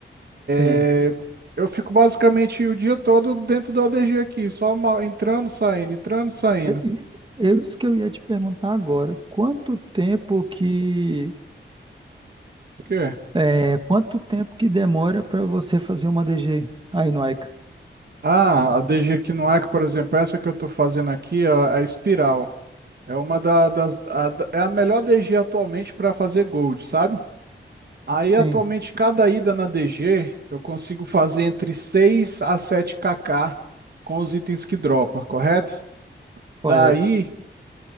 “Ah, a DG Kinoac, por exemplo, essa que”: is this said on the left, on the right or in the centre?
Right